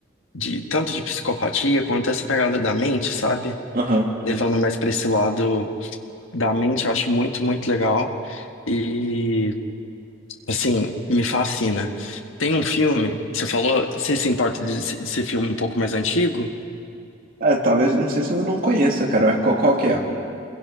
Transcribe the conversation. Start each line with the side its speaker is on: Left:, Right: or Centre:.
Left: de tanto de psicopatia quanto essa pegada da mente, sabe?
Right: Aham.
Left: Levando mais pra esse lado da mente, eu acho muito, muito legal. E, assim, me fascina. Tem um filme, você falou, você se importa desse filme um pouco mais antigo?
Right: Ah, talvez, não sei se eu não conheça, cara, mas qual, qual que é?